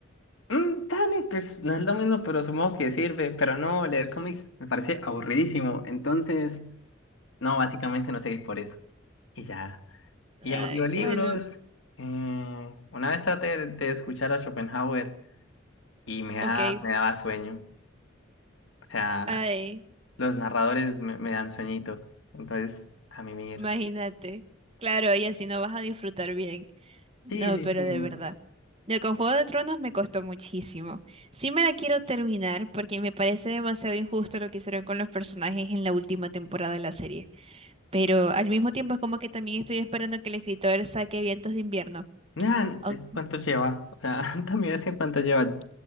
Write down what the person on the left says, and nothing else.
"Mm, dale, pues no es lo mismo, pero supongo que sirve. Pero no, leer cómics me parece aburridísimo. Entonces, no, básicamente no seguí por eso. Y ya. Y
audiolibros.
eh, una vez traté de de escuchar a Schopenhauer y me da,
me daba sueño. O sea,
los narradores me, me dan sueñito. Entonces, a mimir.
Sí, sí,
sí.
Nada,
eh, ¿cuánto lleva? O sea, <laughs> también es que cuánto lleva.